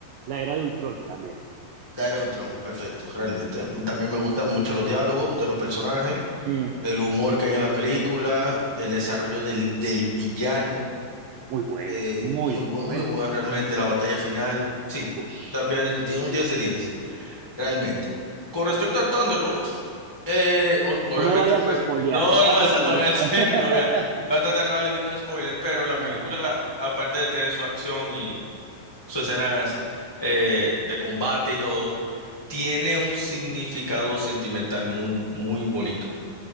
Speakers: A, on the right (about 85°); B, on the left (about 25°).
A: la era de Ultron también.
B: La era de Ultron, perfecto, realmente. También me gustan mucho los diálogos de los personajes,
A: Ujú.
B: el humor que hay en la película, el desarrollo del, del villano.
A: Muy bueno,
B: Eh,
A: muy,
B: muy bueno,
A: muy bueno.
B: muy bueno realmente la batalla final. Sí,
A: Ush,
B: también
A: no, es
B: di-
A: increíble.
B: un 10 de 10 realmente. Con respecto a Thunderbolt, eh, o- obviamente
A: No me vayas
B: no voy
A: a espolear,
B: a... No,
A: no vayas
B: no,
A: a
B: exactamente.
A: espolear. <laughs>
B: <laughs> No voy a, voy a tratar de no darle ningún spoiler, pero la
A: Ajá.
B: película, aparte de tener su acción y sus escenas eh, de combate y todo, tiene un significado sentimental muy, muy bonito.